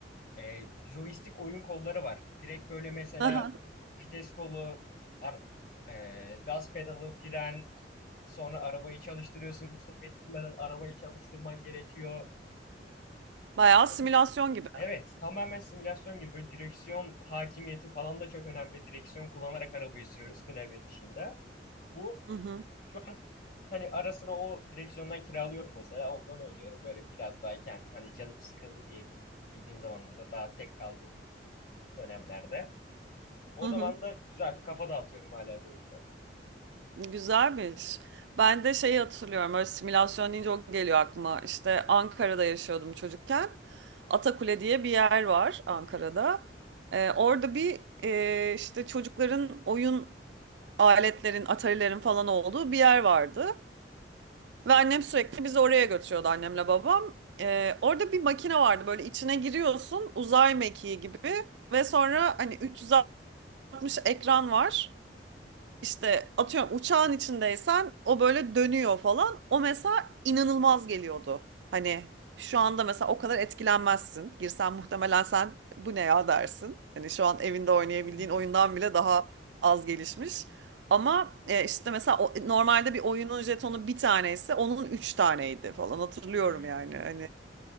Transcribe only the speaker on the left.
Ee, joystick oyun kolları var. Direkt böyle mesela
vites kolu, ar- e, gaz pedalı, fren, sonra arabayı çalıştırıyorsun. Stop ettirmeden arabayı çalıştırman gerekiyor.
Ve
bir de
evet tamamen simülasyon gibi böyle direksiyon hakimiyeti falan da çok önemli. Direksiyon kullanarak arabayı sürüyoruz klavye dışında. Bu
şu an hani ara sıra o direksiyondan kiralıyorum mesela ondan oynuyorum. Böyle biraz daha kendim hani canım sıkıldı diye bil- bildiğim zamanlarda daha tek kaldığım dönemlerde. O
zaman
da güzel bir kafa dağıtıyorum hala bu oyunla.
Hı hı.
Hmm.